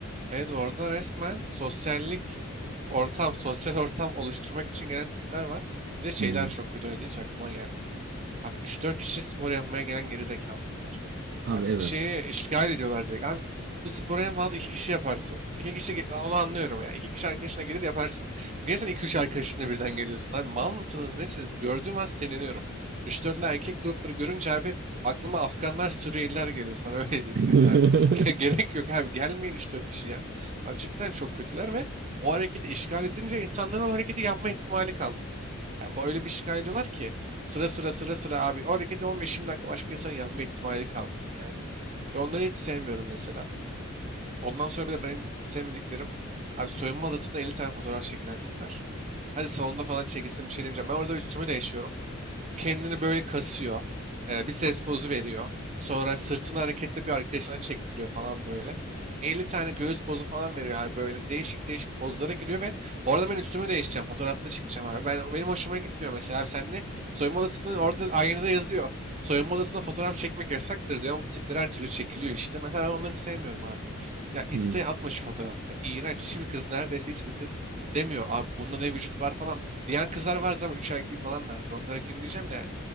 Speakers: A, on the right (about 35°); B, on the right (about 50°).
A: Evet orada resmen sosyallik ortam, sosyal ortam oluşturmak için gelen tipler var. Bir de şeyler
B: Hı hı.
A: çok kötü öyle deyince aklıma geldi. Abi üç dört kişi spor yapmaya gelen geri zekalı tipler.
B: Abi
A: Abi
B: evet.
A: bir şeyi işgal ediyorlar direkt. Abi s- biz buraya en fazla iki kişi yaparsın. İki kişi ge- onu anlıyorum ya. İki kişi arkadaşına gelir yaparsın. Niye sen iki üç arkadaşınla birden geliyorsun? Abi mal mısınız nesiniz? Gördüğüm an sinirleniyorum. Üç dörtlü erkek grupları görünce abi aklıma Afganlar Suriyeliler geliyor sana <laughs> öyle diyeyim yani
B: <laughs>
A: abi. <laughs> Gerek yok abi gelmeyin üç dört kişi ya. Abi cidden çok kötüler ve o hareketi işgal edince insanların o hareketi yapma ihtimali kalmıyor. Ya bu öyle bir şikayet ediyorlar ki sıra sıra sıra sıra abi o hareketi 15-20 dakika başka insanın yapma ihtimali kalmıyor yani. Ve onları hiç sevmiyorum mesela. Ondan sonra bir de benim sevmediklerim abi soyunma odasında 50 tane fotoğraf çekilen tipler. Hadi salonda falan çekilsin bir şey demeyeceğim. Ben orada üstümü değişiyorum kendini böyle kasıyor. E, biceps pozu veriyor. Sonra sırtını hareket yapıyor arkadaşına çektiriyor falan böyle. 50 tane göğüs pozu falan veriyor abi böyle değişik değişik pozlara giriyor ve orada ben üstümü değişeceğim. Fotoğrafta çıkacağım abi. Ben, benim hoşuma gitmiyor mesela. Abi sen ne soyunma odasında orada aynada yazıyor. Soyunma odasında fotoğraf çekmek yasaktır diyor ama bu tipler her türlü çekiliyor işte. Mesela ben onları sevmiyorum abi. Ya Insta'ya
B: Hı.
A: atma şu fotoğrafı. İğrenç. Hiçbir kız neredeyse hiçbir kız demiyor. Abi bunda ne vücut var falan. Diyen kızlar vardır ama 3 IQ falan vardır. Onlara girmeyeceğim de yani.